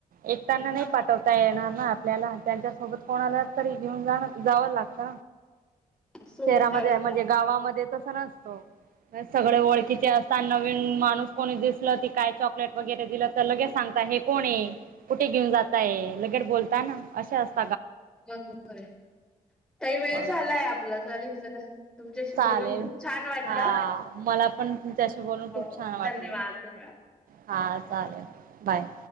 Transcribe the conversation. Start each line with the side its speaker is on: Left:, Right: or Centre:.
Right: एकताना
Centre: मग
Right: नाही पाठवते येणार ना आपल्याला त्यांच्यासोबत कोणाला तरी घेऊन जाण जावं लागत
Centre: सोबत
Right: शहरामध्ये
Centre: अवस्था
Right: म्हणजे गावामध्ये तस नसतो सगळे ओळखीचे असतात नवीन माणूस कोणी दिसल ती काय चॉकलेट वगैरे दिलं तर लगे सांग हे कोण आहे कुठे घेऊन जाताय लगेड बोलताना अ असत
Centre: र आहे काही वेळ
Right: बरोबर
Centre: झालाय आपला चालेल चला तुमच्याशी
Right: चालेल
Centre: बोलून खूप छान वाटलं
Right: हा मला पण त्याशी बोलून
Centre: हो
Right: खूप छान वाटलं
Centre: धन्यवाद धन्यवाद.
Right: हा चालेल बाय